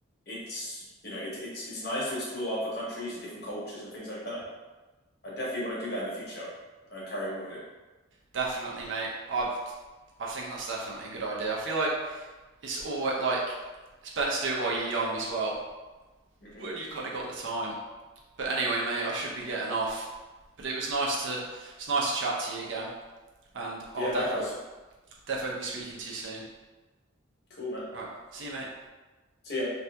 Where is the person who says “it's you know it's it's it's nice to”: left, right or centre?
Left